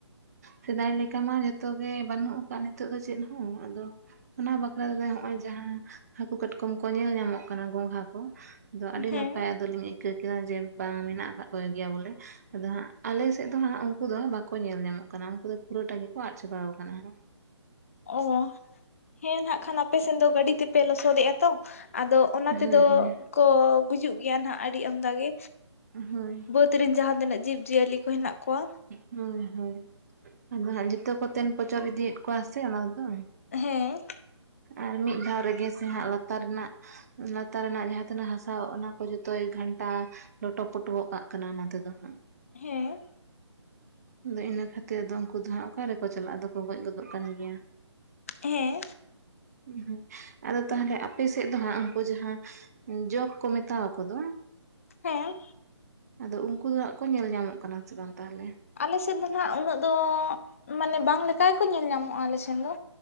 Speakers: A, on the right; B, on the left.
A: ᱥᱮᱫᱟᱭ ᱞᱮᱠᱟ ᱢᱟ ᱡᱚᱛᱚᱜ ᱜᱮ ᱵᱟᱹᱱᱩᱜ ᱟᱠᱟᱫ ᱱᱤᱛᱚᱜ ᱫᱚ ᱪᱮᱫ ᱦᱚᱸ᱾ ᱟᱫᱚᱼᱼ ᱚᱱᱟ ᱵᱟᱠᱷᱨᱟᱛᱮ ᱦᱚᱜᱼᱚᱭ ᱡᱟᱦᱟᱸ ᱦᱟᱹᱠᱩ ᱠᱟᱴᱠᱚᱢ ᱠᱚ ᱧᱮᱞ ᱧᱟᱢᱚᱜ ᱠᱟᱱᱟ᱾ ᱜᱚᱝᱜᱷᱟ ᱠᱚ᱾ ᱟᱫᱚ ᱟᱹᱰᱤ
B: ᱦᱮᱸ
A: ᱱᱟᱯᱟᱭ ᱟᱫᱚ ᱞᱤᱧ ᱟᱹᱭᱠᱟᱹᱣ ᱠᱮᱫᱟ ᱡᱮ, ᱵᱟᱝ ᱢᱮᱱᱟᱜ ᱟᱠᱟᱫ ᱠᱚ ᱜᱮᱭᱟ ᱵᱚᱞᱮ᱾ ᱟᱫᱚ ᱦᱟᱸᱜ᱾ ᱟᱞᱮ ᱥᱮᱫ ᱫᱚ ᱦᱟᱸᱜ ᱩᱱᱠᱩ ᱫᱚ ᱵᱟᱠᱚ ᱧᱮᱞ ᱧᱟᱢᱚᱜ ᱠᱟᱱᱟ᱾ ᱩᱱᱠᱩ ᱫᱚ ᱯᱩᱨᱟᱹᱴᱟ ᱜᱮᱠᱚ ᱟᱫ ᱪᱟᱵᱟᱣ ᱠᱟᱱᱟ ᱟᱨᱦᱚᱸ ᱾
B: ᱚ, ᱦᱮᱸ ᱱᱟᱜ ᱠᱷᱟᱱ ᱟᱯᱮ ᱥᱮᱱ ᱫᱚ ᱜᱟᱹᱰᱤ ᱛᱮᱯᱮ ᱞᱚᱥᱚᱫᱮᱜᱼᱟ ᱛᱚ᱾ ᱟᱫᱚᱼᱼ ᱚᱱᱟ
A: ᱦᱳᱭ
B: ᱛᱮᱫᱚ
A: ᱦᱳᱭ
B: ᱠᱚ ᱜᱩᱡᱩᱜ ᱜᱮᱭᱟ ᱱᱟᱜ ᱟᱹᱰᱤ ᱟᱢᱫᱟ ᱜᱮ᱾
A: ᱦᱳᱭ᱾
B: <unintelligible> ᱡᱟᱦᱟᱸ ᱛᱤᱱᱟᱹᱜ ᱡᱤᱵᱽᱼᱡᱤᱭᱟᱹᱞᱤ ᱠᱚ ᱦᱮᱱᱟᱜ ᱠᱚᱣᱟ᱾
A: ᱦᱳᱭ, ᱦᱳᱭ ᱟᱫᱚ ᱦᱟᱜ ᱡᱚᱛᱚ ᱠᱚ ᱛᱮᱱ ᱯᱚᱪᱚᱨ ᱤᱫᱤᱭᱮᱫ ᱠᱚᱣᱟ ᱥᱮ ᱚᱱᱟ ᱛᱮᱫᱚ᱾
B: ᱦᱮᱸ᱾
A: ᱟᱨ ᱢᱤᱫ ᱫᱷᱟᱣ ᱨᱮᱜᱮ ᱥᱮ ᱦᱟᱸᱜ ᱞᱟᱛᱟᱨ ᱨᱮᱱᱟᱜᱼᱼ ᱞᱟᱛᱟᱨ ᱨᱮᱱᱟᱜ ᱡᱟᱦᱟᱸ ᱛᱤᱱᱟᱹᱜ ᱦᱟᱥᱟ ᱚᱱᱟ ᱠᱚ ᱡᱷᱚᱛᱚᱭ ᱜᱷᱟᱱᱴᱟᱼᱼ ᱞᱚᱴᱚᱯᱚᱴ ᱜᱚᱜ ᱠᱟᱜ <unintelligible> ᱠᱟᱱᱟ ᱚᱱᱟ ᱛᱮᱫᱚ ᱦᱟᱸᱜ ᱾
B: ᱦᱮᱸ᱾
A: ᱟᱫᱚ ᱤᱱᱟᱹ ᱠᱷᱟᱹᱛᱤᱨ ᱫᱚ ᱩᱱᱠᱩ ᱫᱚ ᱦᱟᱸᱜ ᱚᱠᱟᱨᱮ ᱠᱚ ᱪᱟᱞᱟᱜᱼᱟ ᱾ ᱟᱫᱚ ᱠᱚ ᱜᱚᱡ ᱜᱚᱫᱚᱜ ᱠᱟᱱ ᱜᱮᱭᱟ᱾
B: ᱦᱮᱸ᱾
A: ᱦᱚᱸ, ᱟᱫᱚ ᱛᱟᱦᱚᱞᱮ ᱟᱯᱮ ᱥᱮᱡ ᱫᱚ ᱦᱟᱸᱜ ᱩᱱᱠᱩ ᱡᱟᱦᱟᱸ ᱡᱚᱠ ᱠᱚ ᱢᱮᱛᱟᱣ ᱠᱚ ᱫᱚ᱾
B: ᱦᱮᱸ᱾
A: ᱟᱫᱚ ᱩᱱᱠᱩ ᱫᱚ ᱦᱟᱸᱜ ᱠᱚ ᱧᱮᱞ ᱧᱟᱢᱚᱜ ᱠᱟᱱᱟ ᱥᱮ ᱵᱟᱝ ᱛᱟᱦᱚᱞᱮ?
B: ᱟᱞᱮ ᱥᱮᱫ ᱫᱚ ᱦᱟᱸᱜ ᱩᱱᱟᱹᱜ, ᱫᱚ ᱢᱟᱱᱮ ᱵᱟᱝ ᱞᱮᱠᱟ ᱜᱮ ᱠᱚ ᱧᱮᱞ ᱧᱟᱢᱚᱜᱼᱟ ᱟᱞᱮ ᱥᱮᱱ ᱫᱚ᱾